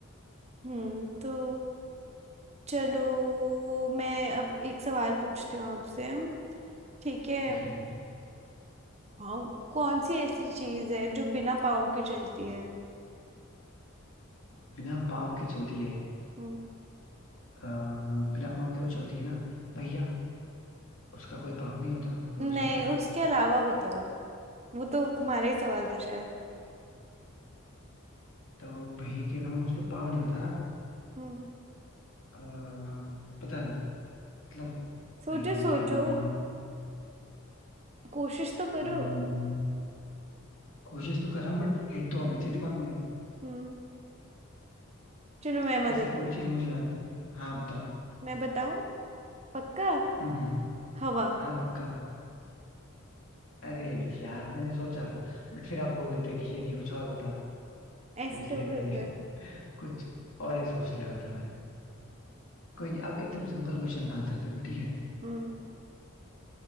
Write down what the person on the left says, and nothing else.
ठीक है
बिना पाँव के चलती है
अ, बिना पाँव के वो चलती है ना पहिया उसका कोई पाँव नहीं होता और
वो चलता है
तो पहिए के अलावा उसका पाँव नहीं होता ना
अ, पता नहीं मतलब
पहिए
के अलावा
हम्म, कोशिश तो कर रहा हूँ बट हिट तो होना चाहिए दिमाग में
ऐसी कोई
चीज मुझे याद नहीं हाँ बताओ
हम्म हम्म,
हाँ पक्का अरे यार मैंने सोचा था बट फिर आप बोल देते कि ये नहीं कुछ और बताओ
तो इसलिए
मैंने
<laughs> कुछ और ही सोचने लगा था मैं कोई नहीं आप एकदम सिंपल क्वेश्चन का आंसर दे दो ठीक है